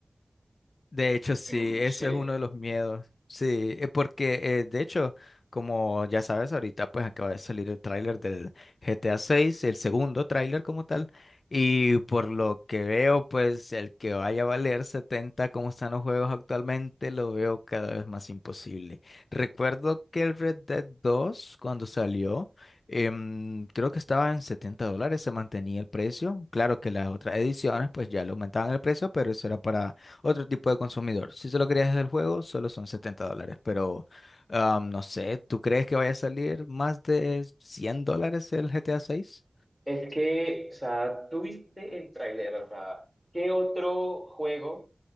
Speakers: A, on the left; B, in the centre.
A: De hecho, sí,
B: Mm,
A: eso
B: sí.
A: es uno de los miedos. Sí, eh, porque eh, de hecho, como ya sabes, ahorita pues acaba de salir el tráiler del GTA 6, el segundo tráiler como tal, y por lo que veo, pues el que vaya a valer 70 como están los juegos actualmente, lo veo cada vez más imposible. Recuerdo que el Red Dead 2, cuando salió, em, creo que estaba en 70 dólares, se mantenía el precio. Claro que las otras ediciones pues ya le aumentaban el precio, pero eso era para otro tipo de consumidor. Si solo querías el juego, solo son 70 dólares. Pero am, no sé, ¿tú crees que vaya a salir más de 100 dólares el GTA 6?
B: Es que, o sea, tú viste el tráiler, o sea, ¿qué otro juego